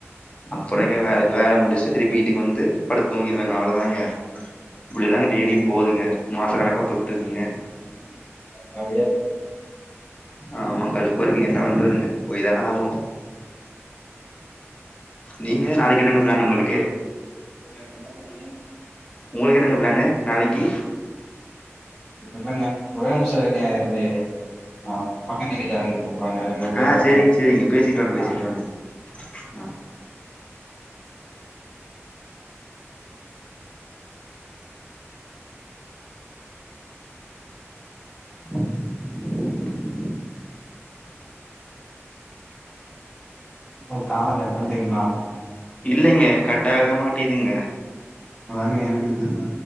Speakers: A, on the left; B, in the centre.
A: அப்றோ எங்க வேற வேல முடிச்ட்டு திருப்பி வீட்டுக்கு வந்து படுத் தூங்கிடுவேங்க அவ்ளோதாங்க இப்டிதாங்க டெய்லியு
B: ம்
A: போதுங்க மாச கணக்கா பொய்ட்டு இருக்குங்க
B: நறையா
A: ஆமா கடுப்பா இருக்குங்க என்ன பண்றதுங்க போய் தானே ஆகுனு நீங்க நாளைக்கு என்னங்க ப்ளான் ஒங்களுக்கு
B: இப்போ எனக்கு உன்ம சொன்னீங்க
A: ஒங்ளுக்கு என்னங்க ப்ளானு நாளைக்கி
B: <unintelligible> ஒரேநிம்சோ இருங்க இது அ பக்கத்து வீட்டுக்காரங்க கூப்புட்றாங்க என்னன் கேட்டுவரே
A: ஆ சேரிங்க சேரிங்க பேசிட்டு வாங்க பேசிட்டு
B: அ
A: வாங்க ஆ, <inaudible>
B: ஓ கால கட் பண்டீங்களா
A: இல்லங்க கட் ஆக மாட்டேதுங்க
B: அதாங்க எனக்கு தெர்ல